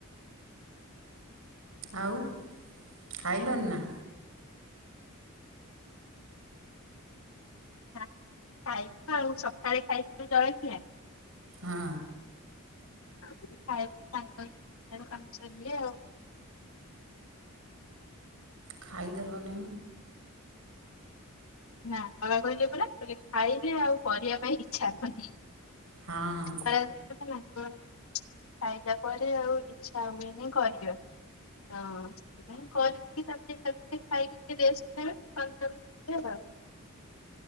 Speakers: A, on the right; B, on the left.
A: ଆଉ ଖାଇଲଣି ନା?
B: ନା ଖାଇବୁ ଆଉ ସଖାଳେ ଖାଇଥିଲି ଜଳଖିଆ।
A: ହଁ
B: <unintelligible> ତାଙ୍କ <inaudible> କାମ ସଇଲେ ଆଉ।
A: ଖାଇଦେଲନି।
B: ନା ବାବା କହିଲେ ପରା କହିଲେ, ଖାଇଲେ ଆଉ କରିବା ପାଇଁ ଇଚ୍ଛା ହବନି।
A: ହଁ
B: ଖରାରେ <inaudible> ହଁ, ଖାଇଲା ପରେ ଆଉ ଇଚ୍ଛା ହୁଏନି କରିବାକୁ, ତ ସେଥିପାଇଁ କରିକି ତାପରେ <inaudible> ଖାଇକି ଟିକେ ରେଷ୍ଟ ନବେ <inaudible>